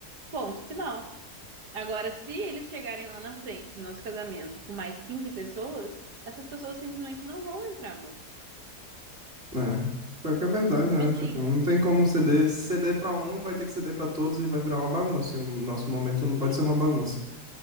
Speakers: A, on the right; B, on the right.
A: Ponto final. Agora, se eles chegarem lá na frente do nosso casamento com mais 15 pessoas, essas pessoas simplesmente não vão entrar, amor.
B: É. Pior que é verdade, né?
A: Tipo
B: Tipo,
A: assim,
B: não tem como ceder. Se ceder pra um, vai ter que ceder pra todos e vai virar uma bagunça. E o nosso momento não
A: Sim,
B: pode ser uma bagunça.